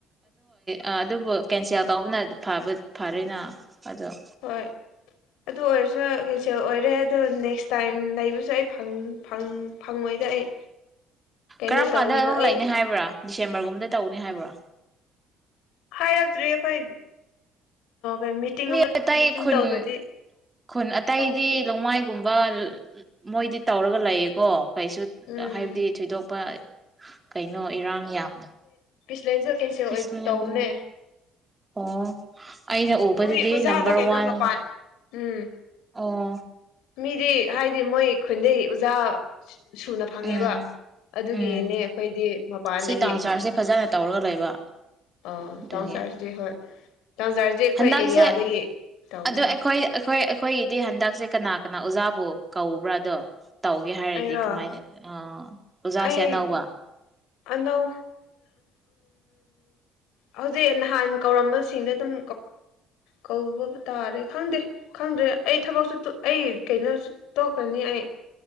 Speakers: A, on the right; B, on the left.
A: ꯑꯥ ꯑꯗꯨꯕꯨ ꯀꯦꯟꯁꯦꯜ ꯇꯧꯕꯅ ꯐꯔꯅ ꯑꯖꯝ
B: ꯍꯣꯏ ꯑꯗꯨ ꯑꯣꯏꯔꯁꯨ ꯀꯦꯟꯁꯦꯜ ꯑꯣꯏꯔꯦ ꯑꯗꯨ ꯅꯦꯛꯁ ꯇꯥꯏꯝ ꯅꯩꯕꯁꯨ ꯑꯩ ꯐꯧ ꯐꯧ ꯐꯪꯉꯣꯏꯗ ꯑꯩ ꯀꯩꯅꯣ
A: ꯀꯔꯝ
B: ꯇꯧꯅꯦꯕ
A: ꯀꯥꯟꯗ ꯑꯗꯨꯝ
B: ꯑꯩ
A: ꯂꯩꯥꯛꯅꯤ ꯍꯥꯏꯕ꯭ꯔꯥ ꯁꯦꯞꯇꯦꯝꯕꯔ ꯒꯨꯝꯕꯗ ꯇꯧꯅꯤ ꯍꯥꯏꯕ꯭ꯔꯥ
B: ꯍꯥꯏꯔꯛꯇ꯭ꯔꯤ ꯑꯩꯈꯣꯏ ꯀꯩ ꯃꯤꯇꯤꯡ
A: ꯃꯤ
B: ꯑꯃ
A: ꯑꯇꯩ
B: ꯃꯤꯇꯤꯡ
A: ꯈꯨꯟ
B: ꯇꯧꯗ꯭ꯔꯗꯤ
A: ꯈꯨꯟ ꯑꯇꯩꯗꯤ
B: ꯈꯪꯗ꯭ꯔꯤ
A: ꯂꯣꯡꯃꯥꯏꯒꯨꯝꯕ ꯃꯣꯏꯗꯤ ꯇꯧꯔꯒ ꯂꯩꯌꯦꯀꯣ ꯀꯩꯁꯨ
B: ꯎꯝ
A: ꯍꯥꯏꯕꯗꯤ ꯊꯣꯏꯗꯣꯛꯄ ꯀꯩꯅꯣ ꯏꯔꯥꯡ ꯌꯥꯝ
B: ꯄ꯭ꯂꯦꯟꯁꯨ ꯀꯦꯟꯁꯦꯜ
A: ꯈ꯭ꯔꯤꯁꯂꯦꯟ
B: ꯑꯣꯏ ꯇꯧꯕꯅꯦ
A: ꯑꯣ ꯑꯩꯅ
B: ꯎꯝ
A: ꯎꯕꯗꯨꯗꯤ
B: ꯃꯣꯏ ꯑꯣꯖꯥꯗꯣ
A: ꯅꯝꯕꯔ
B: ꯀꯩꯅꯣ
A: ꯋꯥꯟ
B: ꯃꯄꯥꯟ ꯎꯝ
A: ꯑꯥ
B: ꯃꯤꯗꯤ ꯍꯥꯏꯗꯤ ꯃꯣꯏ ꯈꯎꯟꯗꯩꯩ ꯑꯣꯖꯥ ꯁꯨꯅ ꯐꯪꯉꯦꯕ
A: ꯎꯝ
B: ꯑꯗꯨꯒꯤꯅꯦ
A: ꯎꯝ
B: ꯑꯩꯈꯣꯏꯗꯤ ꯃꯄꯥꯟꯗꯒꯤ
A: ꯁꯤ ꯇꯥꯎꯟ ꯆꯥꯔꯖꯁꯦ ꯐꯖꯅ ꯇꯧꯔꯒ ꯂꯩꯕ
B: ꯑ
A: ꯑꯗꯨꯒꯤ
B: ꯇꯥꯎꯟ ꯁꯍꯔꯁꯤꯗꯤ ꯍꯣꯏ ꯥꯇꯧꯖꯥꯔꯗꯤ ꯑꯩꯈꯣꯏ
A: ꯍꯟꯗꯛꯁꯦ
B: ꯑꯦꯔꯤꯌꯥꯗꯒꯤ ꯇꯧꯕꯅꯦ
A: ꯑꯗꯣ ꯑꯩꯈꯣꯏ ꯑꯩꯈꯣꯏ ꯑꯩꯈꯣꯏꯒꯤꯗꯤ ꯍꯟꯗꯛꯁꯦ ꯀꯅꯥ ꯀꯅꯥ ꯑꯣꯖꯥꯕꯨ ꯀꯧꯕ꯭ꯔꯥꯗꯣ ꯇꯧꯒꯦ ꯍꯥꯏꯔꯗꯤ
B: ꯑꯩꯔꯣ
A: ꯀꯃꯥꯏꯅ ꯑꯣꯖꯥꯁꯦ
B: ꯑꯩ
A: ꯑꯅꯧꯕ
B: ꯑꯅꯧ ꯍꯧꯖꯤꯛ ꯅꯍꯥꯟ ꯀꯧꯔꯝꯕꯁꯤꯡꯗ ꯑꯗꯨꯝ ꯀꯧꯕ ꯇꯥꯔꯦ ꯈꯪꯗꯦ ꯈꯪꯗ꯭ꯔꯦ ꯑꯩ ꯊꯕꯛꯁꯨ ꯑꯩ ꯀꯩꯅꯣꯁꯨ ꯇꯣꯛꯈ꯭ꯔꯅꯤ ꯑꯩ